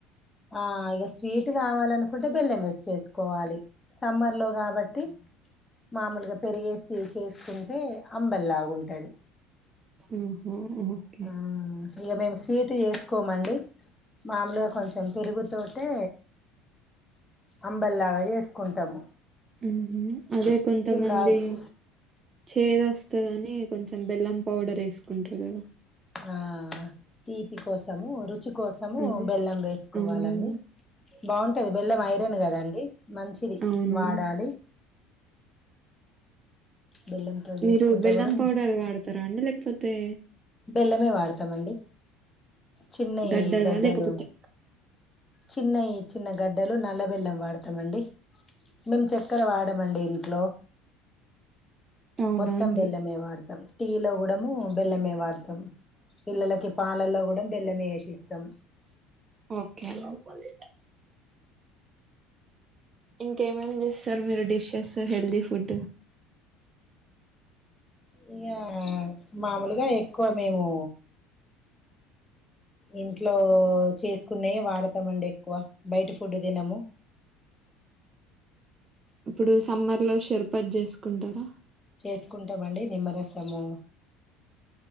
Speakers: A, on the left (about 15°); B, on the right (about 30°).
A: ఆ ఇగ స్వీట్ కావాలనుకుంటే బెల్లం వేస్ చేసుకోవాలి సమ్మర్ లో కాబట్టి మామూలుగా పెరిగేసి చేసుకుంటే అంబల్లా ఉంటది
B: ఓహో ఓకే
A: మ్మ్ ఇగ మేము తీటు చేసుకోమండి మామలుగా కొంచెం పెరుగుతోటే అంబల్లాగ జేసు కొంటము
B: మ్మ్ హ్మ్ అదే కొంతమంది
A: తాగి
B: చేదు వస్తదని కొంచెం బెల్లం పౌడర్ వేసుకుంటరు గదా
A: ఆ తీపి కోసము రు చి కోసము
B: అదే
A: బెల్లం వేసుకోవాలండి
B: అవునవును
A: బాగుంటది బెల్లం ఐరను కదండి మంచిది
B: అవునవును
A: వాడాలి బెల్లంతో చేసుకుంటే
B: మీరు బెల్లం
A: కూడా
B: పౌడర్ వాడతారా అండి లేకపో తే
A: బెల్లమే వాడతామండి చిన్నయి
B: గడ్డదా
A: గడ్డలు
B: లేకపోతే
A: చిన్నయి చి న్న గడ్డలు నల్ల వెల్లం వాడతామండి మేము చెక్కెర వాడమండి ఇంట్లో
B: అవునా
A: మొత్తం
B: అండి
A: బెల్లమే వాడతాం టీలో కూ డ ము బెల్లమే వాడ్ తం పిల్లలకి పాలల్లో కూడా బెల్లం ఏసిస్తాం.
B: ఓకే అండి ఇంకేమేమి చేస్తారు. మీరు డిషేస్ హెల్దీ ఫుడ్
A: ఇగా మామూలుగా ఎక్కువ మేము ఇంట్లో చేసుకునే వాడతామండి. ఎక్కువ బయట ఫుడ్ తినము
B: ఇప్పుడు సమ్మర్ లో షర్పతి చేసుకుంటారా
A: చేసుకుంటామండీ నిమ్మరసము.